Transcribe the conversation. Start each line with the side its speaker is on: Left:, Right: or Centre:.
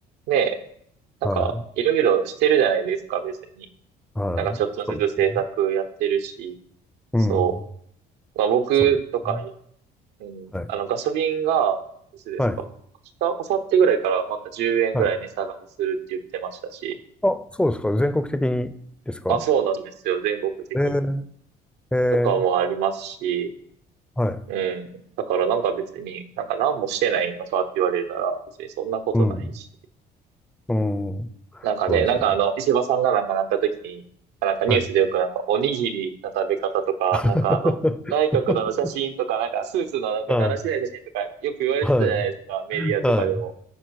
Right: ね、なんか、
Centre: はい。
Right: いろいろしてるじゃないですか、別に。
Centre: はい。
Right: なんかちょっとずつ制作やってるし、
Centre: そうですね。うん。
Right: そう。まあ僕とか、
Centre: そうですね。
Right: うん、
Centre: はい。
Right: あのガソリンが、いつですか
Centre: はい。
Right: 明日、明後日ぐらいからまた10円ぐらい値下がりするって言ってましたし、
Centre: はい。あ、そうですか。全国的にですか
Right: あ、そうなんですよ。全国的に。
Centre: えー、えー、
Right: とかもありますし、
Centre: はい。
Right: うん。だからなんか別に、なんか何もしてないのかって言われたら、別にそんなことないし。
Centre: うん。うん。
Right: なんかね、
Centre: そうですよね。
Right: なんかあの、石破さんがなんかなった時に、なんかニュースでよくなんかおにぎりの食べ方とか、
Centre: はい。<laughs>
Right: なんかあの、内閣のあの写真とか、なんかスーツのなんかだらしない写真とか、
Centre: はい。
Right: よく言われてたじゃないですか、
Centre: はい。
Right: メディアとかでも。
Centre: はい。